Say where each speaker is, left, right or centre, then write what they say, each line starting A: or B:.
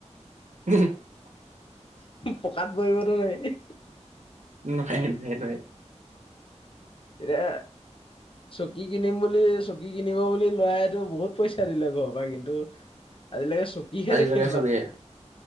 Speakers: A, on the right; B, on the left.
A: <unintelligible>
B: পকাত বহিবটো পাৰি।
A: নোৱাৰি নোৱাৰি নোৱাৰি
B: এৰা চব কি কিনিম বুলি চকী কিনিব বুলি লৈ আহিলোঁ বহুত পইচা দিলে পাপাই ভাই কিন্তু আজিলৈকে চকীহে
A: আজিলৈকে
B: দেখি নাপালে
A: চবেই